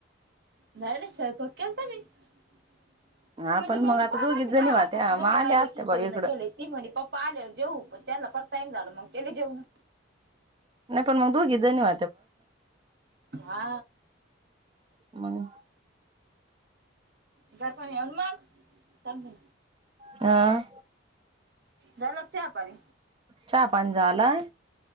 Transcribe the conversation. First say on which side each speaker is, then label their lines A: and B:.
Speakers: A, on the right; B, on the right.
A: नाही नाही सयंपाक केलता मी <unintelligible>
B: आपण मग आता दोघीच
A: दहा
B: जणी होत्या
A: वाजता मग दोघी
B: आल्या
A: माई
B: असत्या
A: लेकीन
B: बा
A: जेवण
B: इकडं
A: केले ती म्हणली पप्पा आल्यावर जेऊ पण त्याला पार टाईम झाला मंग केले जेवणं
B: पण मग दोघी जणी हो
A: हा
B: मग
A: घर पण येऊन मग चांगल
B: अ
A: झाला का चहा पाणी
B: चहा पाणी झाला.